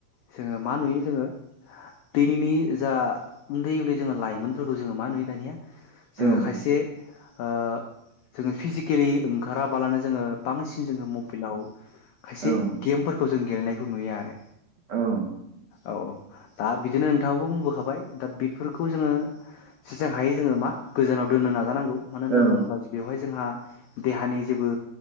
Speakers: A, on the left (about 85°); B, on the right (about 80°).
A: जोङो मा नुयो जोङो दैनैनि जा उन्दै उन्दै जोङो लाइमोनफोरखौ जोङो मा नुयो दानिया जोङो
B: औ
A: खायसे ओ जोङो फिजिकेलि ओंखाराबालानो जोङो बांसिन जोङो मबिलाव खायसे
B: औ
A: गेमफोरखौ जों गेलेनायखौ नुयो आरो
B: औ
A: औ दा बिदिनो नोंथाङाबो बुंबोखाबाय दा बेफोरखौ जोङो सिजां हायो जोङो मा गोजानाव दोननो नाजानांगौ मानो होनना
B: औ
A: बुङोब्ला बेवहाय जोंहा देहानि जेबो